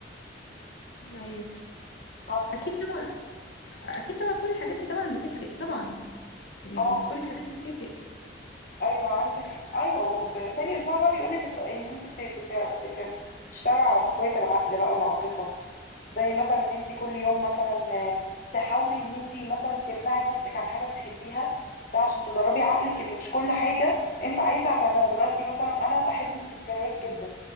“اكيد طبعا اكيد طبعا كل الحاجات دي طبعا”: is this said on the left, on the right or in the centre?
Left